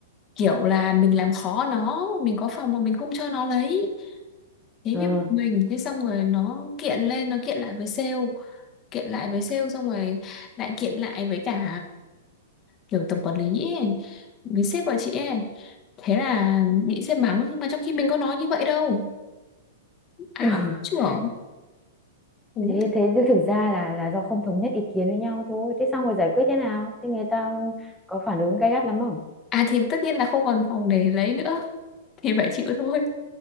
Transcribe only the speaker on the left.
kiểu là mình làm khó nó mình có phòng mà mình không cho nó lấy thế
mới bực mình thế xong rồi nó kiện lên nó kiện lại với sale kiện lại với sale xong rồi lại kiện lại với cả kiểu tổng quản lý ấy, với sếp của chị ấy thế là bị sếp mắng nhưng mà trong khi mình có nói như vậy đâu ảo
trưởng Ú.
à thì tất nhiên là không còn phòng để lấy nữa <laughs> thì phải chịu thôi